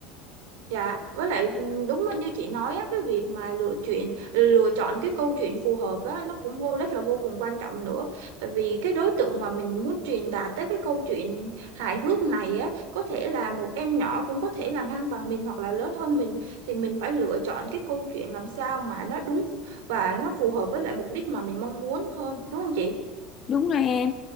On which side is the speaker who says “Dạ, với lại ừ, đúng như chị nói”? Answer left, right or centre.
Right